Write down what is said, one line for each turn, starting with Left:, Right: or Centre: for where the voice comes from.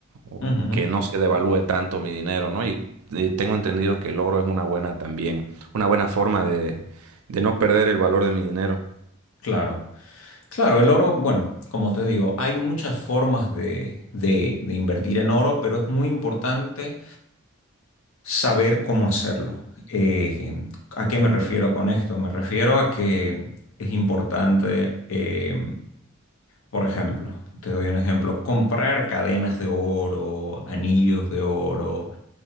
Right: o
Left: Ujú,
Right: que no se devalúe tanto mi dinero, ¿no? Y, eh, tengo entendido que el oro es una buena también, una buena forma de, de no perder el valor de mi dinero.
Left: Claro, claro, el oro, bueno, como te digo, hay muchas formas de, de- de invertir en oro, pero es muy importante saber cómo hacerlo. Eh, ¿a qué me refiero con esto? Me refiero a que es importante, eh, por ejemplo, te doy un ejemplo, comprar cadenas de oro, anillos de oro,